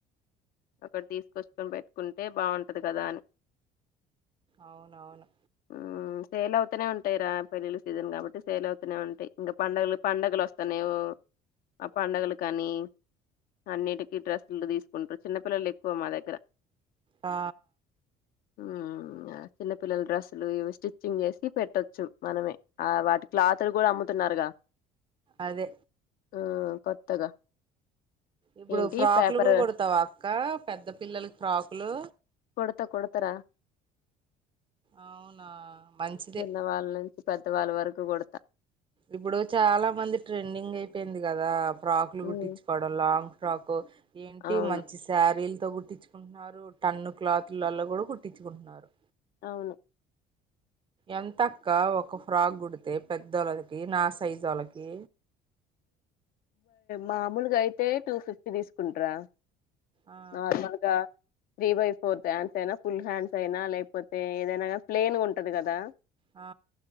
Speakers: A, on the left; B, on the right.
A: ఒకటి తీసుకొచ్చుకని పెట్టుకుంటే బాగుంటది కదా అని
B: అవునవును
A: మ్మ్ సేల్ అవుతూనే ఉంటాయి రా పెళ్ళిళ్ళ సీజన్ కాబట్టి సేల్ అవుతూనే ఉంటాయి ఇంకా పడగలు పండగలు వస్తాన్నాయి ఓ ఆ పడగలు కనీ అన్నిటికీ డ్రెస్సులు తీసుకుంటారు చిన్నపిల్లలు ఎక్కువ మా దగ్గర
B: ఆ
A: ఉ ఆ చిన్నపిల్లల డ్రెస్సులు ఇవి స్టిచ్చింగ్ చేసి పెట్టొచ్చు మనమే ఆ వాటి క్లాతులు కూడా అమ్ముతున్నారుగా
B: అదే
A: ఉమ్ కొత్తగా
B: ఇప్పుడు
A: ఏంటి
B: ఫ్రాకులు
A: పేపర్
B: కూడా కుడతావా అక్క పెద్ద పిల్లలకి ఫ్రాకులు
A: కుడత కుడత రా
B: అవునా మంచిదే
A: చిన్న వాళ్ళ నుంచి పెద్దవాళ్ళ వరకు కుడతా
B: ఇప్పుడు చాలా మంది ట్రెండింగ్ అయిపోయింది గదా ఫ్రాక్లు
A: మ్మ్
B: కుట్టించుకోడంలో ఫ్రాక్కు ఏంటి
A: అవును
B: మంచి శారీల్ గుట్టించుకుంటున్నారు టన్ను క్లాత్లలో కూడా కుట్టించుకుంటున్నారు
A: అవును
B: ఎంతక్క ఒక ఫ్రాక్ గుడితే పెద్దోళ్ళకి నా సైజు వోళ్ళకి
A: మామూలుగా అయితే టూ ఫిఫ్టీ తీసుకుంట రా
B: ఆ
A: నార్మలగా త్రీ బై ఫోర్ హ్యాండ్స్ అయినా ఫుల్ హ్యాండ్స్ అయినా లేకపోతే ఏదైనా ప్లయిన్ ఉంటది కదా
B: ఆ